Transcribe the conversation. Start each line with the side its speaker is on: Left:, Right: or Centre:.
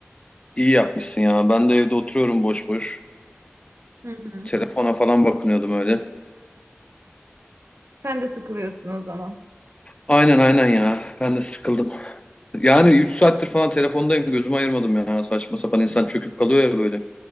Left: İyi yapmışsın ya. Ben de evde oturuyorum boş boş.
Right: Hı hı.
Left: Telefona falan bakınıyordum öyle.
Right: Sen de sıkılıyorsun o zaman.
Left: Aynen aynen ya. Ben de sıkıldım. Yani 3 saattir falan telefondayım. Gözümü ayırmadım ya. Saçma sapan insan çöküp kalıyor ya böyle.